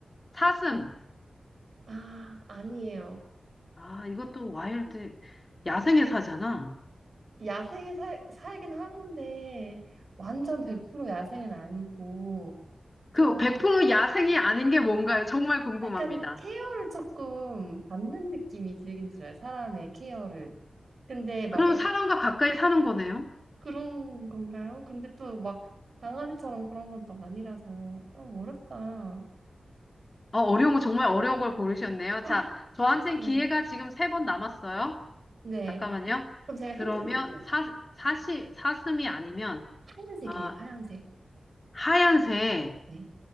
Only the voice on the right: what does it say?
아, 아니에요.
야생에 살, 살긴 하는데 완전 100% 야생은 아니고
좀
약간 케어를 조금 받는 느낌이 들긴 들어요. 사람의 케어를. 근데 막
애,
그런 건가요? 근데 또 막 강아지처럼 그런 건 또 아니라서 어, 어렵다.
아,
죄송해요.
네.
그럼 제가
힌트를 드릴게요.
하얀색이에요,
하얀색.
네.